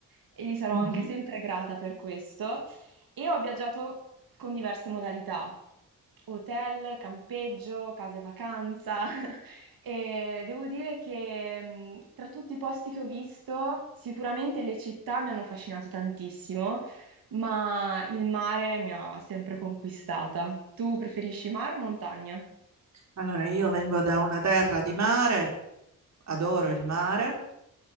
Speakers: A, on the right (about 85°); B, on the right (about 50°).
A: e gli sarò
B: mhm.
A: anche sempre grata per questo e ho viaggiato con diverse modalità, hotel, campeggio, case vacanza. E devo dire che mh, tra tutti i posti che ho visto, sicuramente le città mi hanno affascinato tantissimo, ma il mare mi ha sempre conquistata. Tu preferisci mare o montagna?
B: Allora, io vengo da una terra di mare, adoro il mare.